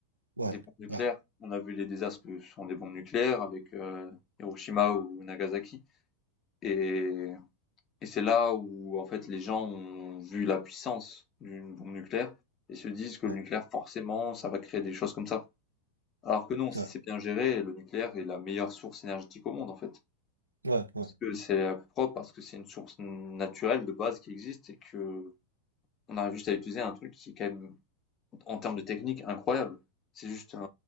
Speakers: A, on the right; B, on the left.
A: ouais,
B: des bombes nucléaires.
A: ouais,
B: On a vu les désastres que sont des bombes nucléaires avec euh, Hiroshima ou Nagasaki, et, et c'est là où en fait les gens ont vu la puissance d'une bombe nucléaire et se disent que
A: ouais,
B: le nucléaire forcément ça va créer des choses comme ça. Alors que non, si
A: ouais,
B: c'est bien géré, le nucléaire est la meilleure source énergétique au monde en fait.
A: ouais, ouais,
B: Parce que c'est propre, parce que c'est une source naturelle de base qui existe et que on arrive juste à utiliser un truc qui est quand même, en termes de technique, incroyable. C'est juste un-